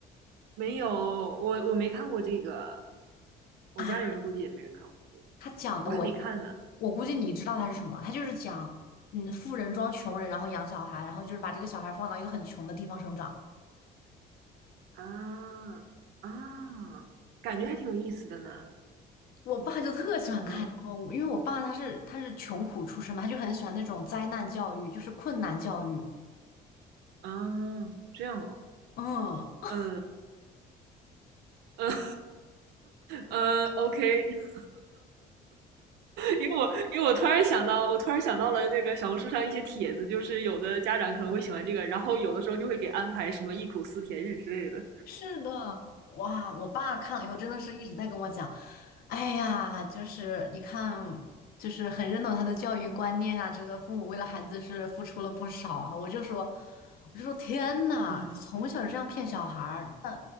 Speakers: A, on the right; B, on the left.
A: 没有，我我没看过这个，我家里人估计也没人看过。
B: 啊？他讲的我也，
A: 嗯，我还没看呢。
B: 我估计你知道他是什么，他就是讲，嗯，富人装穷人，然后养小孩，然后就是把这个小孩放到一个很穷的地方生长。
A: 啊啊，感觉还挺有意思的呢。
B: 我爸就特喜欢看，
A: 嗯
B: 然后因为我爸他是他是穷苦出身嘛，他就很喜欢那种灾难教育，就是困难教育，
A: 啊，这样哦。
B: 嗯。
A: 嗯嗯嗯 o k <laughs> 因为我因为我突然想到，我突然想到了那个小红书上一些帖子，就是有的家长可能会喜欢这个，然后有的时候就会给安排什么忆苦思甜日之类的。
B: 是的，哇！我爸看了以后，真的是一直在跟我讲，哎呀，就是你看，就是很认同他的教育观念啊，这个父母为了孩子是付出了不少啊。我就说，我就说天呐，
A: 嗯，
B: 从小就这样骗小孩儿，那